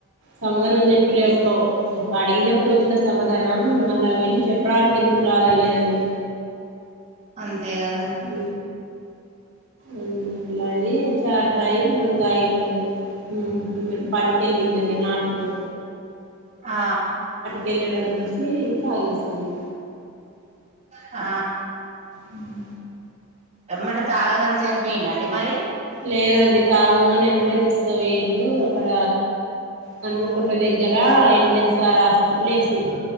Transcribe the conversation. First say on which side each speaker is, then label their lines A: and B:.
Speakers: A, on the right (about 55°); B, on the right (about 30°).
A: సమాధానం చెప్పలే ఒక అడిగినప్పుడు వచ్చిన సమాధానం ఉ మళ్ళా వెళ్ళి చెప్పడానికి ఎందుకు రాద లేదండి.
B: అంతే కదండి
A: ఊ ఉ అ అట్లాని చట్లాయి ముందు తాగిండండి. హు ఇమది పనికిళ్ళిందంని నాటుకు
B: ఆ
A: వెళ్ళడం చూసి తాగేస్తుంది.
B: ఆ
A: ఉ <unintelligible>
B: ఎమ్మటి తాగగానే చనిపోయిండ అండి మరి.
A: లేదండి తాగంగానే ఏమటే తీసుకోవయరు అక్కడ హన్మకొండ దగ్గర కా ఏ న్ ఏస్ అర్ హాస్పిటల్ల ఏసిన్రూ